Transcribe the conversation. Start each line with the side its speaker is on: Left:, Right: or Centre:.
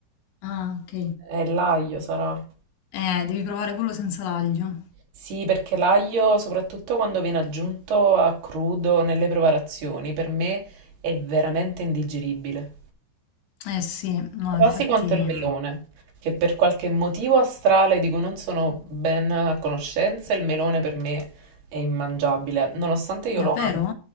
Left: Ah, ok.
Right: È l'aglio, sarà.
Left: Eh, devi provare quello senza l'aglio.
Right: Sì, perché l'aglio, soprattutto quando viene aggiunto a crudo nelle preparazioni, per me è veramente indigeribile.
Left: Eh sì, no,
Right: Quasi
Left: infatti,
Right: quanto il melone, che per qualche motivo astrale di cui non sono ben a conoscenza, il melone per me è immangiabile, nonostante io
Left: davvero?
Right: lo ami.